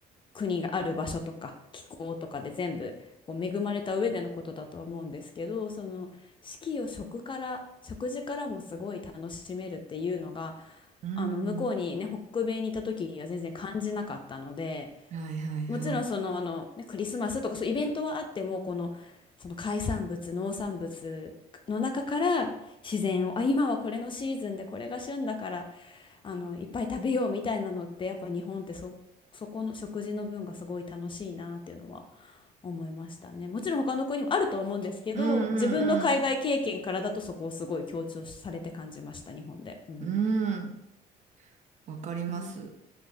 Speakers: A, on the left; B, on the right.
A: 国がある場所とか気候とかで全部こう恵まれた上でのことだと思うんですけどその四季を食から食事からもすごい楽しめるっていうのが
B: うん。
A: あの向こうにね北米にいた時には全然感じなかったので
B: はい、はい、はい。
A: もちろんその、あの、ね、クリスマスとかそういうイベントはあってもこの、その海産物農産物の中から自然をあ今はこれのシーズンでこれが旬だからあのいっぱい食べようみたいなのってやっぱ日本ってそ、そこの食事の分がすごい楽しいなっていうのは思いましたね。もちろん他の国もあると思うんですけど自分の海外経験からだとそこをすごい強調されて感じました日本で。
B: うんうん
A: うん、
B: うん。うん。わかります。
A: かな、